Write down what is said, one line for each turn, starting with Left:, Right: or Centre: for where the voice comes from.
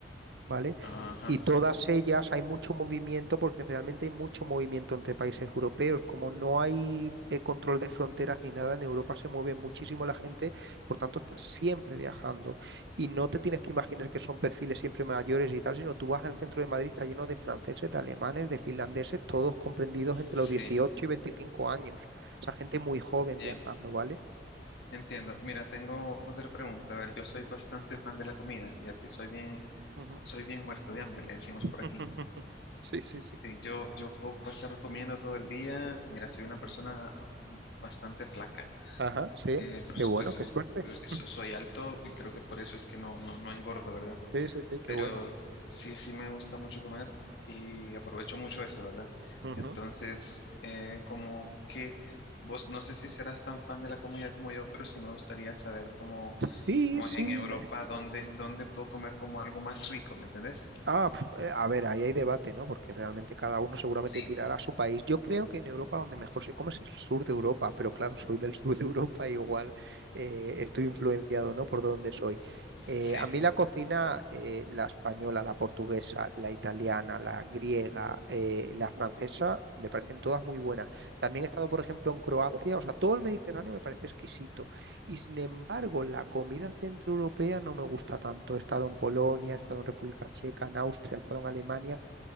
Right: ¿vale?
Left: Ajá,
Right: Y todas ellas hay mucho movimiento porque realmente hay mucho movimiento entre países europeos. Como no hay eh, control de fronteras ni nada, en Europa se mueve muchísimo la gente, por tanto estás siempre viajando. Y no te tienes que imaginar que son perfiles siempre mayores y tal, sino tú vas al centro de Madrid, está lleno de franceses, de alemanes, de finlandeses, todos comprendidos entre
Left: sí,
Right: los 18 y 25 años. O sea, gente muy joven
Left: bien
Right: viajando, ¿vale?
Left: Entiendo. Mira, tengo otra pregunta. A ver, yo soy bastante fan de la comida, fíjate, soy bien,
Right: Ujú.
Left: soy bien muerto de hambre, le decimos
Right: <laughs>
Left: por aquí.
Right: Sí, sí, sí.
Left: Sí, yo, yo puedo pasar comiendo todo el día. Mira, soy una persona bastante flaca,
Right: Ajá, sí.
Left: eh, por
Right: Qué
Left: supuesto,
Right: bueno, qué suerte.
Left: pero sí
Right: <laughs>
Left: so- soy alto y creo que por eso es que no, no, no engordo, ¿verdad?
Right: Sí, sí, sí, qué
Left: Pero
Right: bueno.
Left: sí, sí me gusta mucho comer y aprovecho mucho eso, ¿verdad?
Right: Ujú.
Left: Entonces, eh, como que vos, no sé si serás tan fan de la comida como yo, pero sí me gustaría saber cómo
Right: Sí,
Left: como
Right: sí.
Left: en Europa,
Right: me-
Left: ¿dónde, dónde puedo comer como algo más rico? ¿Me entendés?
Right: Ah, pf, eh, a ver, ahí hay debate, ¿no? Porque realmente cada uno seguramente
Left: Sí,
Right: tirará a su país. Yo creo que en Europa donde mejor se come es el sur de Europa, pero claro, soy del sur de Europa, <laughs> igual eh, estoy influenciado, ¿no? Por donde soy. Eh,
Left: sí,
Right: a
Left: Sí.
Right: mí la cocina, eh, la española, la portuguesa, la italiana, la griega, eh, la francesa, me parecen todas muy buenas. También he estado, por ejemplo, en Croacia, o sea, todo el Mediterráneo me parece exquisito. Y sin embargo, la comida centroeuropea no me gusta tanto. He estado en Polonia, he estado en República Checa, en Austria, he estado en Alemania.